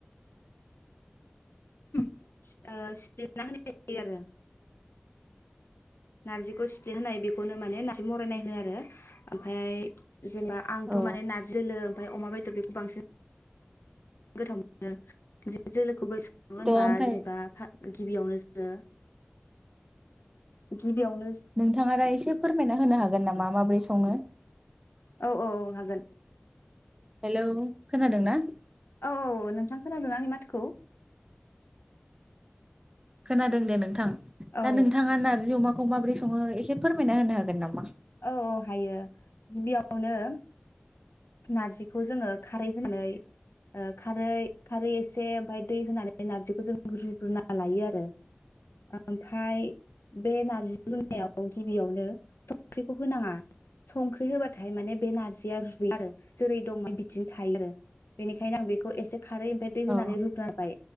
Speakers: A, on the left; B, on the right.
A: ओ सिफ्लेना होनाय जायो आरो। नारजिखौ सिफ्ले होनाय बेखौनो माने नारजि मरायनाय होनो आरो ओमफाय जेनेबा आंथ
B: औ
A: माने नारजि दोलो ओमफाय अमा बेदर बेखौ बांसिन गोथाव मोनो <unintelligible> खौबो सङो होनबा
B: थ' ओमफ्राय
A: जेनेबा फा गिबियावनो जोङो ओ गिबियावनो
B: नोंथाङा दा एसे फोरमायना होनो हागोन नामा माबोरै स सङो
A: औ औ औ हागोन।
B: हेलौ खोनादों ना?
A: औ औ औ नोंथां खोनादों आंनि माथोखौ?
B: खोनादों दे नोंथां
A: औ
B: दा नोंथाङा नार्जि अमा खौ माबोरै सङो एसे फोरमायना होनो हागोन नामा?
A: औ औ हायो गिबियावनो नारजिखौ जोङो खारै होनानै ओ खारै खारै एसे ओमफाय दै होनानै नार्जिखौ जों रुग्रुना लायो आरो ओमफाय बे नारजि रुनायाव गिबियावनो स ख्रिखौ होनाङा संख्रि होबाथाय माने बे नारजिया रुय आरो जेरै दं बिदिनो थायो आरो बेनिखायनो आं बिखौ एसे खारै ओमफाय दै होनानै
B: औ
A: रुगारबाय